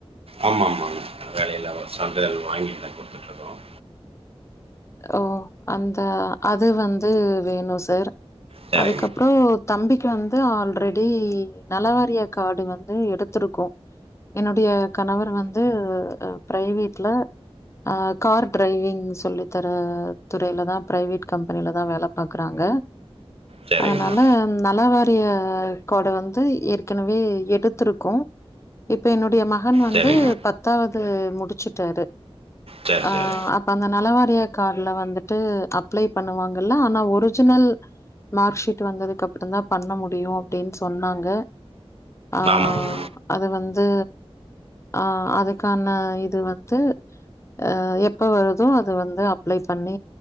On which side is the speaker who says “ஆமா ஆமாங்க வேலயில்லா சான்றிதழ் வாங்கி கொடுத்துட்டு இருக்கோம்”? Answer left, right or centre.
Right